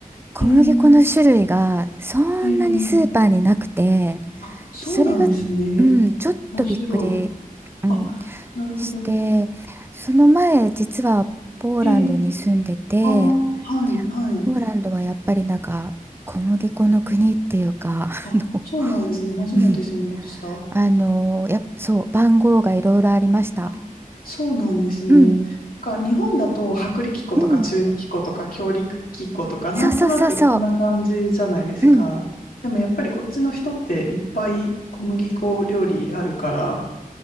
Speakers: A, on the right; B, on the left.
A: 小麦粉の種類がそんなにスーパーになくて、
B: えー、えー、あ、そうなんですね。
A: それが、うん、ちょっとびっくり、
B: 面白い。
A: うん、
B: あ、なるほど。
A: して、その前、実はポーランドに住んでて、
B: えー、ああ、はい、はい。
A: ポーランドはやっぱりなんか、小麦粉の国っていうか、
B: あ、
A: <laughs> あの、
B: そうなんですね。初めて知りました。
A: うん、あのー、やっ、そう、番号がいろいろありました。
B: あそうなんですね。
A: うん、
B: か日本だと薄力粉とか中力粉とか強力粉とかなんとなくこんな感じじゃないですか。
A: うん。そうそうそうそう。うん、
B: でもやっぱりこっちの人っていっぱい小麦粉料理あるから